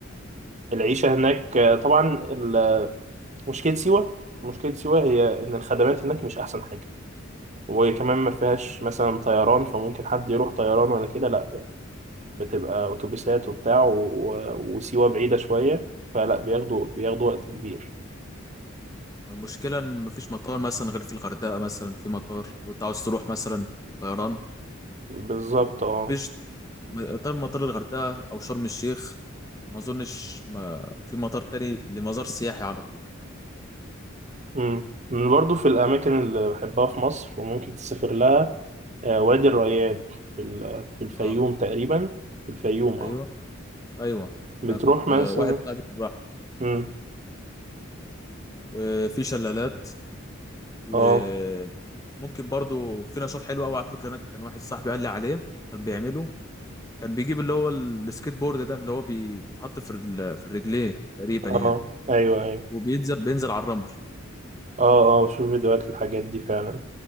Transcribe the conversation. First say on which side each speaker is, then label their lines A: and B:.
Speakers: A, on the right; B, on the left.
A: العيشة هناك آه، طبعا ال- مشكلة سيوة مشكلة سيوة هي إن الخدمات هناك مش أحسن حاجة وكمان ما فيهاش مثلا طيران فممكن حد يروح طيران ولا كده لا يعني بتبقى أتوبيسات وبتاع و... و- وسيوة بعيدة شوية فلا بياخدوا بياخدوا وقت كبير
B: والمشكلة إن مفيش مطار مثلا غير في الغردقة مثلا في مطار لو أنت عاوز تروح مثلا طيران
A: بالظبط اه
B: مفيش م- غير مطار الغردقة أو شرم الشيخ ما أظنش ما في مطار تاني لمزار سياحي على طول
A: أمم. من برضو في الأماكن اللي بحبها في مصر وممكن تسافر لها آه، وادي الريان في ال... في الفيوم
B: أه
A: تقريبا في الفيوم اه
B: أيوه أيوه
A: بتروح
B: أنا كنت
A: مثلا
B: آه، واحد صاحبي راح
A: أمم.
B: وفي شلالات وممكن
A: اه
B: برضو في نشاط حلو أوي على فكرة أنا كان واحد صاحبي قال لي عليه كان بيعمله كان بيجيب اللي هو ال- السكيت بورد ده اللي هو بي- بيتحط في ال- في الرجلين تقريبا
A: اه
B: يعني
A: ايوه ايوه
B: وبينزل بينزل على الرمل
A: اه اه بشوف فيديوهات الحاجات دي فعلا